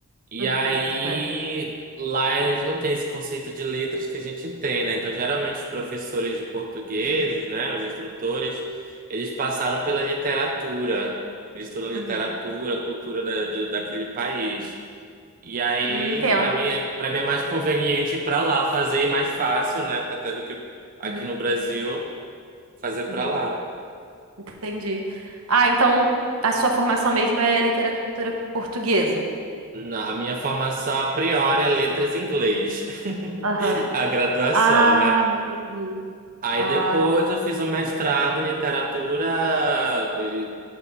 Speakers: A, on the right (about 40°); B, on the right (about 75°).
A: E
B: uhum,
A: aí
B: certo.
A: lá eles não têm esse conceito de letras que a gente tem, né? Então, geralmente os professores de português, né, os instrutores, eles passaram pela literatura. Eles estudam literatura,
B: Uhum.
A: cultura da, de- daquele país. E aí,
B: Hum, Entendo.
A: pra mim, é- para mim é mais conveniente ir pra lá fazer e mais fácil, né? Até do que aqui
B: Uhum,
A: no Brasil fazer pra
B: uhum,
A: lá.
B: entendi. Ah, então a sua formação mesmo é literatura portuguesa.
A: Na a minha formação a priori é letras em inglês, <laughs>
B: Aham.
A: a graduação,
B: Ah,
A: né?
B: entendi.
A: Aí
B: Ah,
A: depois eu fiz um mestrado em literatura eh,